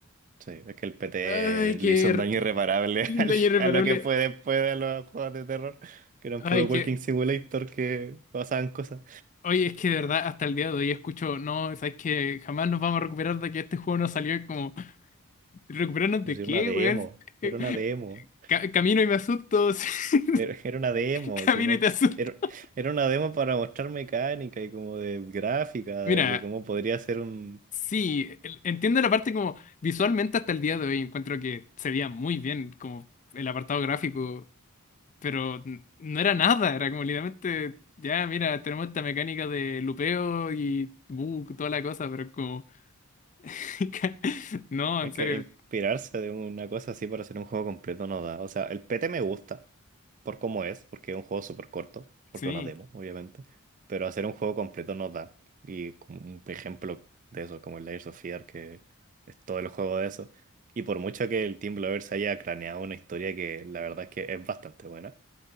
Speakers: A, on the right (about 35°); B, on the left (about 35°).
A: Sí, es que el PT
B: Ay, qué
A: le hizo
B: r-
A: un daño irreparable
B: un
A: <laughs> al-
B: daño irreparable.
A: a lo que fue después de los juegos de terror, que eran
B: Ay,
A: puro Walking
B: que.
A: Simulator que pasaban cosas.
B: Oye, es que de verdad, hasta el día de hoy escucho, no, sabes que jamás nos vamos a recuperar de que este juego no salió. Es como, ¿recuperarnos
A: Pues
B: de
A: era
B: qué,
A: una demo,
B: weón? Eh,
A: era una demo,
B: Ca- camino y me asusto. <laughs> sí.
A: era, <laughs> era una demo,
B: Camino
A: si no,
B: y te asusto.
A: era, era una demo para mostrar mecánica y como de gráfica,
B: Mira,
A: de, de cómo podría ser un,
B: sí, el- entiendo la parte como visualmente hasta el día de hoy encuentro que se veía muy bien, como el apartado gráfico. pero n- no era nada, era como literalmente, ya, mira, tenemos esta mecánica de lupeo y bug, toda la cosa, pero es como, <laughs> no,
A: Es
B: en
A: que
B: serio,
A: inspirarse de una cosa así para hacer un juego completo no da. O sea, el PT me gusta por cómo es, porque es un juego súper corto,
B: sí,
A: porque es una demo, obviamente. Pero hacer un juego completo no da. Y como un ejemplo de eso, como el Layers of Fear, que es todo el juego de eso. Y por mucho que el Team Blovers haya craneado una historia que la verdad es que es bastante buena,